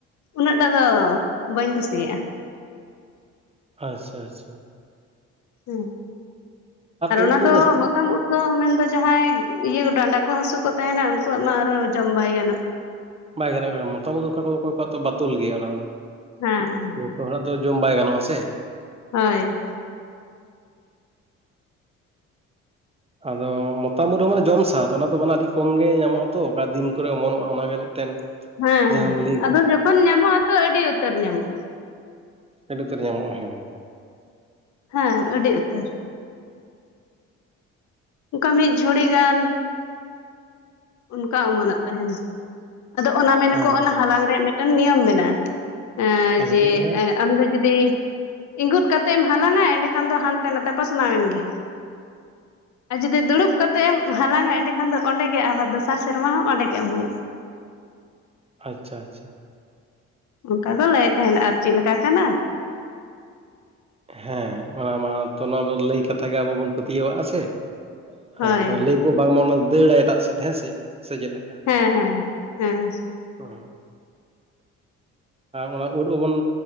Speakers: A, on the left; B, on the right.
A: ᱩᱱᱟᱹᱜᱴᱟ ᱫᱚ ᱵᱟᱹᱧ ᱠᱩᱥᱤᱭᱟᱜᱼᱟ
B: ᱟᱪᱪᱷᱟ ᱟᱪᱪᱷᱟ
A: ᱦᱮᱸ ᱟᱨ
B: ᱩᱫ
A: ᱚᱱᱟ ᱫᱚ
B: ᱡᱟᱹᱥᱛᱤ
A: ᱢᱚᱛᱟᱢ
B: ᱜᱮ
A: ᱩᱫ ᱫᱚ ᱢᱮᱱᱫᱚ ᱡᱟᱦᱟᱸᱭ ᱤᱭᱟᱹ ᱰᱟᱸᱰᱟ ᱠᱚ ᱦᱟᱹᱥᱩ ᱠᱚ ᱛᱟᱦᱮᱱᱟ ᱩᱱᱠᱩᱣᱟᱜ ᱢᱟ ᱟᱨᱚ ᱡᱚᱢ ᱵᱟᱭ ᱜᱟᱱᱚᱜᱟ
B: ᱵᱟᱭ ᱜᱟᱱᱚᱜ ᱠᱟᱱᱟ ᱢᱚᱛᱟᱢ ᱩᱫ ᱫᱚ ᱚᱠᱟ ᱠᱚᱫᱚ ᱚᱠᱚᱭ ᱠᱚᱣᱟᱜ ᱫᱚ ᱵᱟᱛᱞ ᱜᱮᱭᱟ ᱚᱱᱟ ᱫᱚ
A: ᱦᱮᱸ ᱦᱮᱸ
B: ᱡᱚᱛᱚ ᱦᱚᱲᱟᱜ ᱫᱚ ᱡᱚᱢ ᱵᱟᱭ ᱜᱟᱱᱚᱜᱼᱟ ᱥᱮ
A: ᱦᱳᱭ
B: ᱟᱫᱚ ᱢᱚᱛᱟᱢ ᱩᱫ ᱨᱮᱦᱚᱸ ᱢᱟᱱᱮ ᱡᱚᱢ ᱥᱟᱫᱽ ᱚᱱᱟ ᱫᱚ ᱢᱟᱱᱮ ᱟᱹᱰᱤ ᱠᱚᱢ ᱜᱮ ᱧᱟᱢᱚᱜᱼᱟ ᱛᱚ ᱚᱠᱟ ᱫᱤᱱ ᱠᱚᱨᱮ ᱚᱢᱚᱱᱚᱜᱼᱟ ᱚᱱᱟᱜᱮ ᱢᱤᱫᱴᱮᱱ
A: ᱦᱮᱸ
B: ᱡᱟᱦᱟᱸᱢ ᱞᱟᱹᱭ ᱠᱮᱫ
A: ᱟᱫᱚ ᱡᱚᱠᱷᱚᱱ ᱧᱟᱢᱚᱜ ᱟ ᱛᱚ ᱟᱹᱰᱤ ᱩᱛᱟᱹᱨ ᱧᱟᱢᱚᱜᱼᱟ
B: ᱟᱹᱰᱤ ᱩᱛᱟᱹᱨ ᱧᱟᱢᱚᱜᱼᱟ ᱦᱮᱸ
A: ᱦᱮᱸ ᱟᱹᱰᱤ ᱩᱛᱟᱹᱨ ᱚᱱᱠᱟ ᱢᱤᱫ ᱡᱷᱩᱲᱤ ᱜᱟᱱ ᱚᱱᱠᱟ ᱚᱢᱚᱱᱚᱜ ᱛᱟᱦᱮᱱᱟ ᱟᱫᱚ ᱚᱱᱟ ᱢᱮᱱᱟᱠᱚ
B: ᱦᱮᱸ
A: ᱚᱱᱟ ᱦᱟᱞᱟᱝ ᱨᱮᱭᱟᱜ ᱢᱤᱫᱴᱟᱝ ᱱᱤᱭᱚᱢ ᱢᱮᱱᱟᱜᱼᱟ ᱮ
B: ᱟᱪᱪᱷᱟ ᱪᱮᱫ
A: ᱡᱮ
B: ᱞᱮᱠᱟ
A: ᱟᱢ ᱫᱚ ᱡᱩᱫᱤ ᱤᱸᱜᱩᱛ ᱠᱟᱛᱮ ᱮᱢ ᱦᱟᱞᱟᱝᱼᱟ ᱮᱸᱰᱮᱠᱷᱟᱱ ᱫᱚ ᱦᱟᱱᱛᱮ ᱱᱟᱛᱮ ᱯᱟᱥᱱᱟᱣ ᱮᱱ ᱜᱮ ᱟᱨ ᱡᱩᱫᱤ ᱫᱩᱲᱩᱵ ᱠᱟᱛᱮᱜ ᱮᱢ ᱦᱟᱞᱟᱝᱼᱟ ᱮᱸᱰᱮᱠᱷᱟᱱ ᱫᱚ ᱚᱸᱰᱮ ᱜᱮ ᱟᱵᱟᱨ, ᱫᱚᱥᱟᱨ ᱥᱮᱨᱢᱟ ᱦᱚᱸ ᱚᱸᱰᱮ ᱜᱮ ᱚᱢᱚᱱᱚᱜᱼᱟ।
B: ᱟᱪᱪᱷᱟ ᱟᱪᱪᱷᱟ,
A: ᱚᱱᱠᱟ ᱠᱚ ᱞᱟᱹᱭ ᱛᱟᱦᱮᱱ ᱟᱨ ᱪᱮᱫᱞᱮᱠᱟ ᱠᱟᱱᱟ।
B: ᱦᱮᱸ ᱚᱱᱟ ᱢᱟᱛᱚ ᱱᱚᱣᱟ ᱞᱟᱹᱭ ᱠᱟᱛᱷᱟ ᱜᱮ ᱟᱵᱚ ᱵᱚᱱ ᱯᱟᱹᱛᱭᱟᱹᱣᱟᱜᱼᱟ ᱥᱮ,
A: ᱦᱳᱭ
B: ᱟᱫᱚ ᱞᱟᱹᱭ ᱵᱟᱝᱢᱟ ᱚᱱᱟ ᱫᱟᱹᱲᱟᱭ ᱮᱴᱟᱜ ᱥᱮᱫ ᱦᱮᱸ ᱥᱮ ᱪᱮᱫ ᱞᱮᱠᱟ,
A: ᱦᱮᱸ ᱦᱮᱸ ᱦᱮᱸ
B: ᱚᱸ ᱚᱱᱟ ᱩᱫ ᱚᱢᱚᱱ